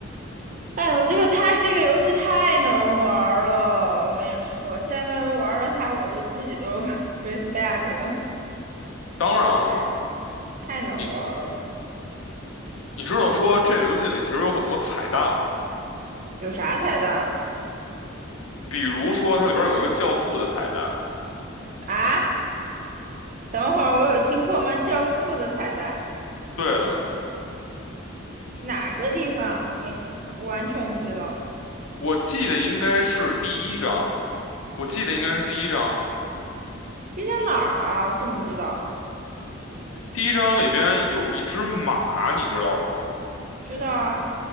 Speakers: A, on the right (about 40°); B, on the left (about 85°).
A: 哎呦，这个太这个游戏太能玩儿了，我跟你说，现在玩了它，我都自己都 <laughs> respect 了。
B: 当然了，
A: 哎，太能玩儿了，
B: 你你知道说这个游戏里其实有很多彩蛋吗？
A: 有啥彩蛋
B: 比如说它里边有一个教父的彩蛋，
A: 啊啊等会儿我有听错吗？教父的彩蛋
B: 对的。
A: 哪个地方啊？没，完全不知道。
B: 我记得应该是第一章，我记得应该是第一章。
A: 这叫哪儿啊？我怎么不知道？
B: 第一章里边有一只马，你知道吗？
A: 知道啊，